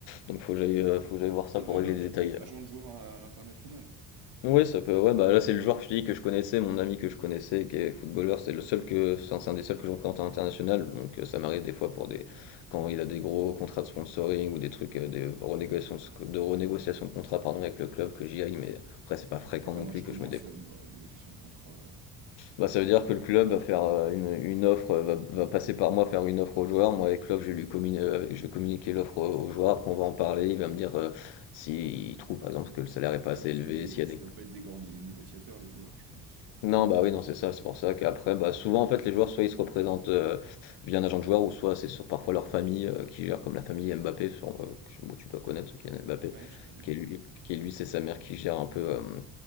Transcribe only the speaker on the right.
Ah
d'accord,
tu
peux être agent de joueur à, à l'international.
Et ça
marche
comment
ça, une euh, négociation de contrat? euh
Ouais,
parce
que les...
ça
doit pas être des grands né- négociateurs, les joueurs, je pense, c'est pour ça.
Ouais, je connais.
ouais.